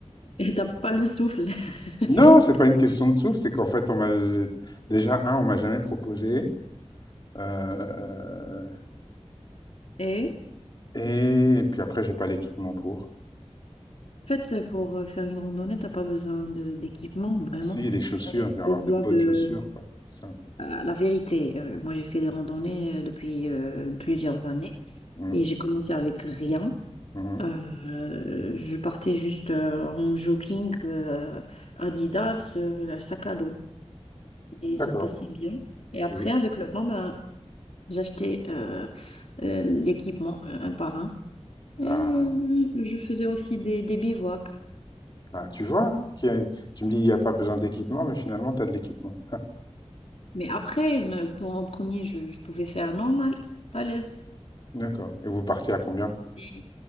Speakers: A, on the left; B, on the left.
A: et t'as pas le souffle.
B: Non,
A: <laughs>
B: c'est pas une question de souffle. C'est qu'en fait, on m'a déjà un, on m'a jamais proposé. euh,
A: Et
B: Et puis après, j'ai pas l'équipement pour.
A: en fait, pour euh, faire une randonnée, t'as pas besoin de d'équipement, vraiment.
B: Si, les chaussures.
A: T'as juste
B: Je vais
A: besoin
B: avoir des bonnes
A: de...
B: chaussures, quoi. C'est ça.
A: Euh, la vérité, euh, moi j'ai fait des randonnées euh, depuis euh, plusieurs années
B: Mhm,
A: et j'ai commencé avec rien.
B: mhm.
A: Euh, je portais juste euh, en jogging euh, Adidas, euh, un sac à dos. Et
B: D'accord.
A: ça se passait bien. Et après,
B: Et vous
A: avec le temps, ben, j'achetais euh, euh, l'équipement euh, un par un. Et
B: Ah.
A: euh, je faisais aussi des, des bivouacs.
B: Ah, tu vois, qu'il y a- tu me dis il n'y a pas besoin d'équipement, mais finalement, tu as de l'équipement.
A: Mais après, me- bon, en premier, je, je pouvais faire normal, à l'aise.
B: D'accord. Et vous partez à combien?
A: Et